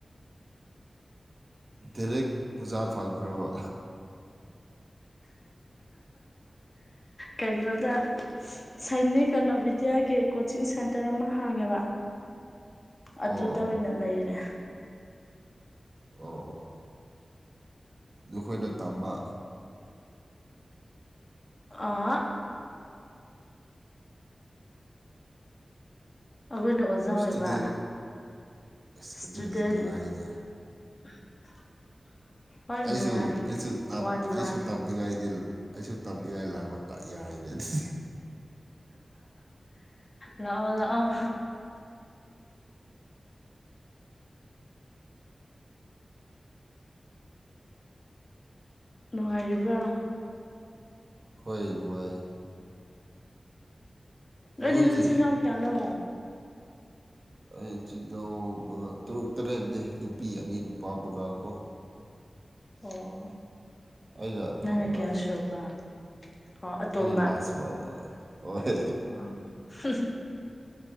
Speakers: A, on the right (about 45°); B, on the left (about 35°).
A: ꯗꯥꯦꯔꯦꯛ ꯑꯣꯖꯥ ꯐꯈ꯭ꯔꯕ
B: ꯀꯩꯅꯣꯗ ꯁꯥꯏꯅꯤꯛ ꯑꯅꯣꯚꯕꯤꯗ꯭ꯌꯥꯒꯤ ꯀꯣꯆꯤꯡ ꯁꯦꯟꯇꯔ ꯑꯃ ꯍꯥꯡꯉꯦꯕ ꯑꯗꯨꯗ
A: ꯑꯣ ꯑꯣ ꯑꯣ
B: ꯑꯣꯏꯅ ꯂꯩꯔꯦ
A: ꯑꯣ ꯅꯈꯣꯏꯗ ꯇꯝꯕ
B: ꯑ ꯑꯩꯈꯣꯏꯅ ꯑꯣꯖꯥ ꯑꯣꯏꯕ
A: ꯏꯁꯇꯨꯗꯦꯟ ꯑꯁ
B: ꯏꯁꯇꯨꯗꯦꯟ
A: ꯑꯗꯨꯗꯤ ꯅꯨꯡꯉꯥꯏꯗ
B: <unintelligible>
A: ꯑꯩꯁꯨ
B: ꯅꯨꯡꯉꯥꯏ
A: ꯑꯩꯁꯨ
B: ꯋꯥꯗꯤ ꯋꯥꯗꯦ
A: ꯑꯩꯁꯨ ꯇꯞꯅꯤꯡꯉꯥꯏꯗꯤ ꯑꯩꯁꯨ ꯇꯞ ꯌꯥꯥꯏ ꯂꯥꯛꯄ ꯇ ꯌꯥꯏꯗ ꯑꯗꯨꯗꯤ
B: ꯂꯥꯛꯑꯣ ꯂꯥꯛꯑꯣ ꯅꯨꯡꯉꯥꯏꯔꯤꯕ꯭ꯔꯣ
A: ꯍꯣꯏ ꯃꯥꯏꯔꯤ ꯅꯈꯣꯏꯗꯤ
B: ꯅꯣꯏꯗꯤ ꯅꯆꯤꯟꯜ ꯏꯅꯥꯎ ꯀꯌꯥꯅꯣ
A: ꯑꯩ ꯏ ꯆꯤꯜꯅꯥꯎ ꯇꯛ ꯇꯔꯦꯠꯅꯦ ꯅꯨꯄꯤ ꯑꯅꯤ ꯅꯨꯄꯥ ꯃꯉꯥ ꯀꯣ
B: ꯑꯣ
A: ꯑꯩꯅ ꯑꯇꯣꯟꯕ
B: ꯉꯅ ꯀꯌꯥꯁꯨꯣꯕ ꯑꯣ ꯑꯇꯣꯝꯕ
A: ꯑꯩꯅ ꯂꯥꯁ ꯋꯥꯟ ꯍꯣꯏ
B: ꯑ <unintelligible>